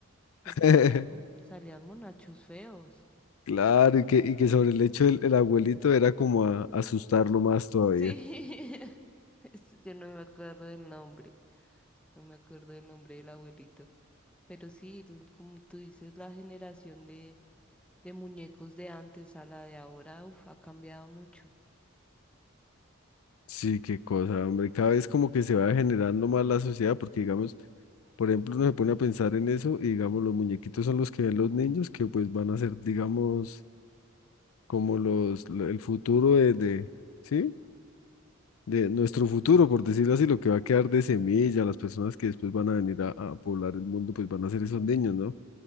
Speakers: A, in the centre; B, on the left.
A: porque
B: <laughs>
A: salían, salían monachos feos.
B: Claro, y que, y que sobre el hecho del el abuelito era como a, asustarlo más todavía.
A: Sí. <laughs> Es- Yo no me acuerdo del nombre, no me acuerdo del nombre del abuelito, pero sí, l- como tú dices, la generación de, de muñecos de antes a la de ahora, uf, ha cambiado mucho.
B: Sí, qué cosa, hombre. Cada vez como que se va generando más la sociedad, porque digamos, por ejemplo, uno se pone a pensar en eso y digamos, los muñequitos son los que ven los niños que pues van a ser, digamos, como los, lo- el futuro de, de, ¿sí? de nuestro futuro, por decirlo así, lo que va a quedar de semilla, las personas que después van a venir a, a poblar el mundo, pues van a ser esos niños, ¿no?